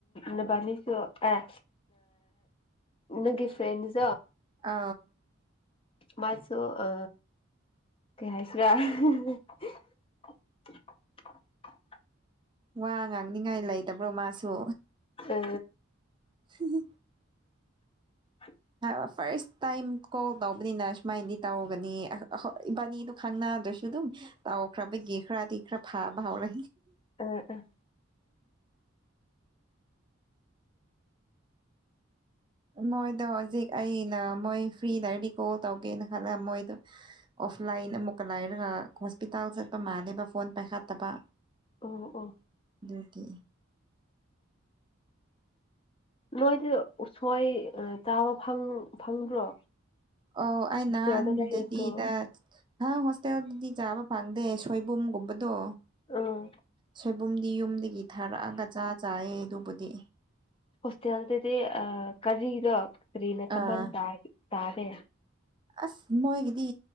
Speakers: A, on the left; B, on the right.
A: ꯅꯕꯥꯅꯤꯁꯨ ꯑꯦ ꯅꯪꯒꯤ ꯐ꯭ꯔꯦꯟꯁ
B: ꯑ
A: ꯃꯥꯁꯨꯣ ꯑ ꯀꯩ ꯍꯥꯏꯥꯏꯁꯨ ꯔ <unintelligible>
B: ꯋꯥ ꯉꯥꯡꯅꯤꯉꯥꯏ ꯂꯩꯇꯕ꯭ꯔꯣ ꯃꯥꯁꯨ
A: ꯑ
B: ꯎ
A: ꯑ
B: ꯐꯥꯔꯁ ꯇꯥꯏꯝ ꯀꯣꯜ ꯇꯧꯕꯅꯤꯅ ꯁꯨꯃꯥꯏꯅꯗꯤ ꯇꯧꯔꯒꯅꯤ ꯏꯕꯥꯅꯤꯗꯨ ꯈꯪꯅꯗ꯭ꯔꯦ ꯁꯗ ꯑꯣꯈꯔ ꯦꯈꯔꯥ ꯇꯈꯔ ꯐꯥꯎꯕꯥꯎꯔ
A: ꯑ ꯎꯝ
B: ꯃꯣꯏꯗꯣ ꯍꯧꯖꯤꯛ ꯑꯩꯅ ꯃꯣꯏ ꯐ꯭ꯔꯤ ꯂꯗꯤ ꯀꯣꯜ ꯇꯧꯒꯦꯅ ꯈꯜꯂ ꯃꯣꯏꯗꯣ ꯑꯣꯐꯂꯥꯏꯟ ꯑꯃꯨꯛꯀ ꯂꯥꯏꯔꯒ ꯍꯣꯁꯄꯤꯇꯥꯜ ꯆꯠꯄ ꯃꯥꯜꯂꯦꯕ ꯐꯣꯟ ꯄꯥꯏꯈꯠꯇꯕ
A: ꯑꯣ ꯑꯣ
B: ꯑꯗꯨꯗꯒꯤ
A: ꯅꯣꯏꯗꯤ ꯎꯁꯣꯏ ꯆꯥꯕ ꯐꯪꯕ꯭ꯔꯣ
B: ꯑ ꯑꯩ
A: ꯍꯣꯁꯇꯦꯜꯗ
B: ꯅꯍꯥꯟ
A: ꯂꯩꯔꯁꯨ
B: ꯑꯗꯨꯗꯤꯗ ꯍꯣꯁꯇꯦꯜꯗꯤ ꯆꯥꯕ ꯐꯪꯗ ꯑ ꯁꯣꯏꯕꯨꯝꯒꯨꯝꯕꯗꯣ
A: ꯎꯝ
B: ꯁꯣꯏꯕꯨꯝꯗꯤ ꯌꯨꯝꯗꯒꯤ ꯊꯥꯔꯛꯑꯒ ꯆꯥ ꯆꯥꯌꯦ ꯑꯗꯨꯕꯨꯗꯤ
A: ꯍꯣꯁꯇꯦꯜꯗꯗꯤ ꯀꯔꯤꯗꯣ ꯀꯔꯤꯅ
B: ꯑꯥ
A: ꯀꯝꯍ ꯇꯥꯔꯦ
B: ꯑꯁ ꯃꯣꯏꯒꯤꯗꯤ